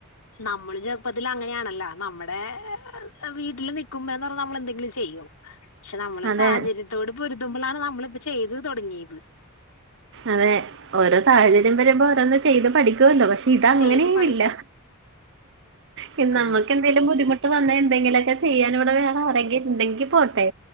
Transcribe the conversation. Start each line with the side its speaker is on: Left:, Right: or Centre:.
Left: നമ്മൾ ചെറുപ്പത്തിൽ അങ്ങനെയാണല്ലോ നമ്മടെ വീട്ടിൽ നിക്കും എന്ന് പറഞ്ഞാ നമ്മൾ എന്തങ്കിലും ചെയ്യും പക്ഷെ നമ്മളെ
Right: അതെ
Left: സാഹചര്യത്തോട് പൊരുതുമ്പോഴാണ് നമ്മളിപ്പോ ചെയ്ത് തുടങ്ങിയത്
Right: അതെ ഓരോ സാഹചര്യം
Left: ഉം.
Right: വരുമ്പോൾ ഓരോന്നും ചെയ്ത് പഠിക്കുവല്ലോ പക്ഷെ ഇത് അങ്ങനെയും
Left: ചെയ്ത് പഠിക്കും
Right: ഇല്ല. ഇനി
Left: ആഹ്
Right: നമ്മുക്ക് എ ന്തേലും ബുദ്ധിമുട്ട് വന്ന എന്തെങ്കിലൊക്കെ ചെയ്യാൻ ഇവിടെ വേറെ ആരെങ്കിലു ഉണ്ടെങ്കിൽ പോട്ടെ